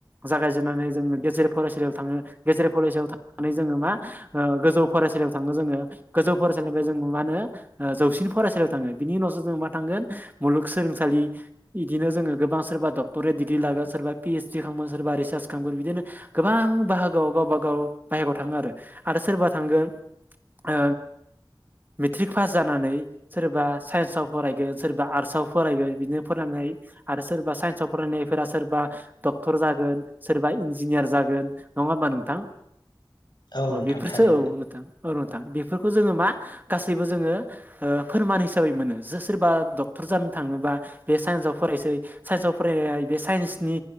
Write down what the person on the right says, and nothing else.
जागायजेननानै जोङो गेजेर फरायसालियाव थाङो गेजेर फरायसालियाव थांनानै जोङो मा ओ गोजौ फरायसालियाव थाङो जोङो गोजौ फरायसालिनिफ्राय जों मा होनो जौसिन फरायसालियाव थाङो बिनि उनावसो जों मा थांगोन मुलुगसोलोंसालि लि बिदिनो जो गोबां सोरबा डक्टरेट डिग्रि लागोन सोरबा पिओइसडि खालामगोन सोरबा रिसार्च खालामगोन बिदिनो गोबां बाहागोआव गावबागाव बाहागोआव थाङो आरो आरो सोरबा थांगोन ओ मेट्रिक पास जानानै सोरबा साइन्सआव फरायगोन सोरबा आर्टसआव फरायगोन बिदिनो फरायनानै आरो सोरबा साइन्सआव फरायनायफोरा सोरबा डक्टर जागोन सोरबा इन्जिनियार जागोन नङा होमबा नोंथां
अ बेफोरसो
औ नोंथां औ बेफोरखौ जोङो मा गासैबो जोङो फोरमान हिसाबै मोनो सोरबा डक्टर जानो थाङोबा बे साइन्सआव फरायसै साइन्सआव फराय बे साइन्सनि